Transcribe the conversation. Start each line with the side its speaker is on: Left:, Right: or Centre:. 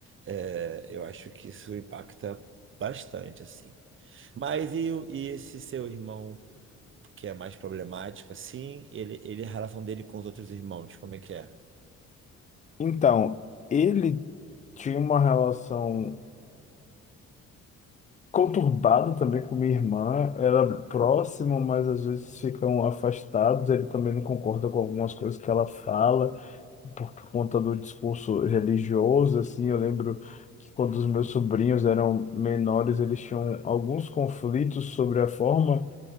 Right: É, eu acho que isso impacta bastante, assim. Mas e, o- e esse seu irmão, que é mais problemático, assim, ele, ele, a relação dele com os outros irmãos, como é que é?
Left: Então, ele tinha uma relação conturbada também com minha irmã, era próximo, mas às vezes ficam afastados, ele também não concorda com algumas coisas que ela fala. por conta do discurso religioso, assim, eu lembro que quando os meus sobrinhos eram menores, eles tinham alguns conflitos sobre a forma